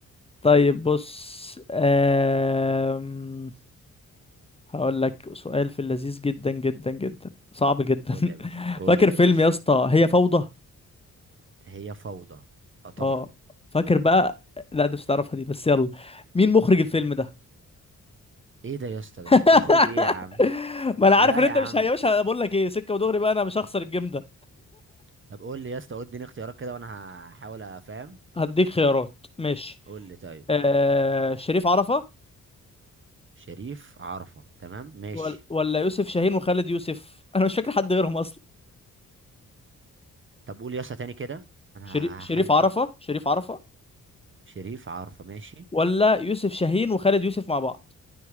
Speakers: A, on the left; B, on the right.
A: طيب بص آم... هقول لك سؤال في اللذيذ جدا جدا جدا صعب جدا
B: قول لي يا باشا
A: <laughs>
B: قول
A: فاكر
B: لي يا
A: فيلم
B: باشا
A: يا اسطى هي فوضى
B: هي فوضى اه طبعا
A: اه فاكر بقى لا انت مش هتعرفها دي بس يلا مين مخرج الفيلم ده
B: ايه ده يا اسطى ده
A: <laughs>
B: مخرج ايه يا عم
A: ما انا عارف
B: لا
A: ان انت
B: يا عم
A: مش ه- يا باشا أنا بقول لك ايه سكه ودغري بقى انا مش هخسر الجيم ده
B: طب قول لي يا اسطى قول اديني اختيارات كده وانا هحاول افهم
A: هديك خيارات ماشي
B: قول لي طيب
A: آه شريف عرفه
B: شريف عرفة تمام ماشي
A: ولا ولا يوسف شاهين وخالد يوسف <laughs> انا مش فاكر حد غيرهم اصلا
B: طب قول يسا تاني كده انا
A: شري... شريف
B: هحاول
A: عرفه
B: شو...
A: شريف عرفه
B: شريف عرفة ماشي
A: ولا يوسف شاهين وخالد يوسف مع بعض